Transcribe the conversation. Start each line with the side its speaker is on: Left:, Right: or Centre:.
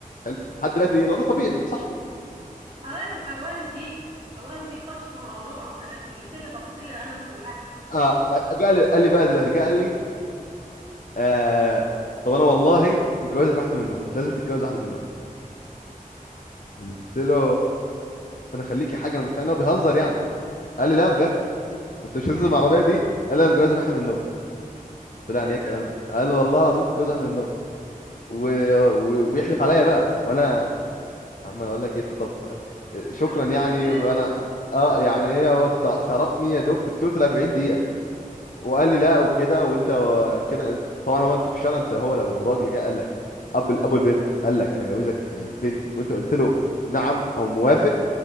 Left: حلو لحد دلوقتي ايه الوضع طبيعي صح
Right: الله يخ... الله يهديك الله يهديك خش في موضوع انا ش... جبت لي تفاصيل العالم كلها
Left: آه خ- جه لي قال لي بقى دلوقتي جه قال لي آه طب انا والله متجوزك واحده منهم مش لازم تتجوز واحده منهم قلت له انا خليكي حاجه انا متخيل ان هو بيهزر يعني قال لي لا بجد انت مش هتنزل
Right: آه،
Left: مع العربيه دي قال لي انا مجوزك واحده من النوم قلت له يعني
Right: ايه
Left: ايه الكلام
Right: ده
Left: ده قال والله العظيم تتجوز واحده من النوم و... و... ويحلف عليا بقى وانا عمال اقول لك ايه طب شكرا
Right: انت ده
Left: يعني
Right: انت شفت لي
Left: وانا
Right: مره
Left: اه يعني ايه هو تع- تعرفني يا دوب في التوتال 40 دقيقه وقال لي لا وبكده وانت و- كده انت- طبعا هو انت في الشارع انت هو لو راجل جه قال لك اب ال- ابو البنت قال لك انا جوزك بنتي وانت قلت له نعم او موافق